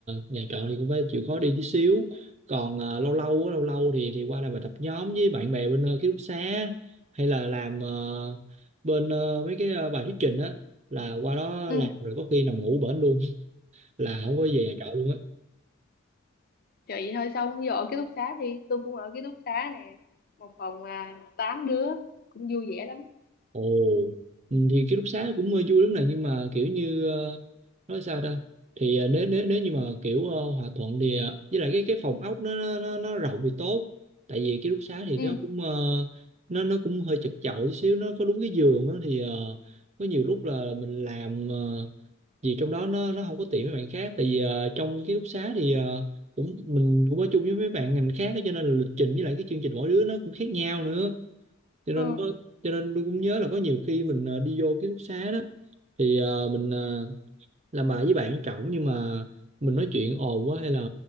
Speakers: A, on the right; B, on the left.
A: nhà trọ thì cũng phải chịu khó đi tí xíu còn ờ, lâu lâu á, lâu lâu thì thì qua làm bài tập nhóm với bạn bè bên ờ, ký túc xá hay là làm ờ, bên ờ, mấy cái ờ, bài thuyết trình á là qua đó
B: ừ
A: làm rồi có khi nằm ngủ bển luôn là không có về nhà trọ luôn á
B: trời vậy thôi xong giờ ở ký túc xá thì tôi cũng ở ký túc xá nè một phòng à, tám đứa cũng vui vẻ lắm
A: Ồ, ừ, thì ký túc xá cũng ờ, vui lắm nè nhưng mà kiểu như ờ, nói sao ta thì ờ, nếu nếu nếu như mà kiểu ờ, hòa thuận thì ờ, với lại cái cái phòng ốc nó nó nó nó rộng thì tốt tại vì ký túc xá thì
B: ừ
A: nó cũng ờ, nó nó cũng hơi chật chội tí xíu nó có đúng cái giường đó thì ờ, có nhiều lúc là mình làm ờ, gì trong đó nó nó không có tiện với bạn khác tại vì ờ, trong ký túc xá thì ờ, cũng mình cũng ở chung với mấy bạn ngành khác á, cho nên là lịch trình với lại cái chương trình mỗi đứa nó cũng khác nhau nữa cho nên
B: ừ
A: có cho nên tôi cũng nhớ là có nhiều khi mình ờ, đi vô ký túc xá đó thì ờ, mình ờ, làm bài với bạn cậu nhưng mà mình nói chuyện ồn quá hay là